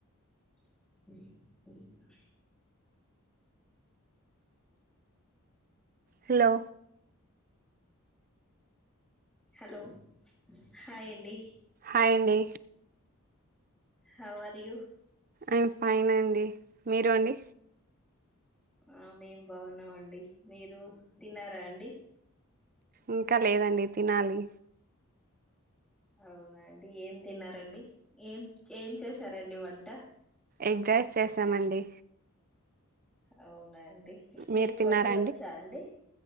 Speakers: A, in the centre; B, on the right (about 40°).
A: మహ్
B: హలో
A: హలో హాయ్ అండి
B: హాయ్ అండి
A: how are you
B: I am fine అండి మీరు అండి
A: ఆ మేం బాగున్నామండి మీరు తిన్నారా అండి
B: ఇంకా లేదండి తినాలి
A: అవునా అండి ఏం తిన్నారండి ఏం ఏం చేసారండి వంట
B: ఎగ్ రైస్ చేసామండి
A: అవునా మీకు
B: మీరు తిన్నారా
A: వంటలు వచ్చా అండి